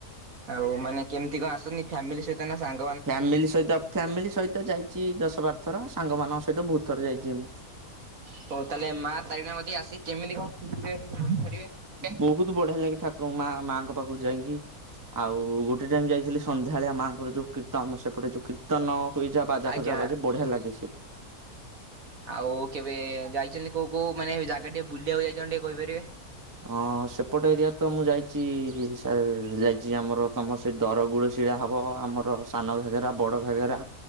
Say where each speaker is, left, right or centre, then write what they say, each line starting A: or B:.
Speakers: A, on the right; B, on the right.
A: ଆଉ ମାନେ କେମିତି କଣ ଆସନ୍ତି ଫ୍ୟାମିଲି ସହିତ ନା ସାଙ୍ଗ
B: ଫ୍ୟାମିଲି ସହିତ ଫ୍ୟାମିଲି ସହିତ ଯାଇଛି ଦଶ ବାର ଥର ସାଙ୍ଗମାନଙ୍କ ସହିତ ବହୁତ ଥର ଯାଇଛି ଏମିତି।
A: ହଉ ତାହେଲେ ମା ଚାରିଟା ମ ମଧ୍ୟିକ ଆସିିକ କେମିତି କଣେିକାରିବେ?
B: ବହୁତ ବଢିଆ ଲାଗେ ଠାକୁରଙ୍କ ମା ମାଆଙ୍କ ପାଖକୁ ଯାଇକି। ଆଉ ଗୋଟେ ଟାଇମ ଯାଇଥିଲି ସନ୍ଧ୍ୟାଳେଆ ମାଆଙ୍କ ଯୋଉ କୀର୍ତ୍ତ ଆମ ସେପଟ ଯଉ କୀର୍ତ୍ କୀତନ ହୁଏ ଯା ବାଜା
A: ଆଜ୍ଞା।
B: ଫାଜା ବାଜି ବଢିଆ ଲାଗେ ସ
A: ଆଉ କେବେ ଯାଇଛନ୍ତି କୋଉ କୋଉ ମାନେ ଜାଗା ଟିକେ ବୁଲିବାକୁ ଯାଇଛନ୍ତି ଟିକେ କହିପାରିବେ?
B: ହଁ ସେପଟ ଏରିଆ ତ ମୁଁ ଯାଇଛି ସାର୍ ଯାଇଛି ଆମର ତମ ସେ ଦରଗୁଳ ଶିଳା ହବ ଆମର ସାନ ଘାଗେରା ବଡ ଘଘେରା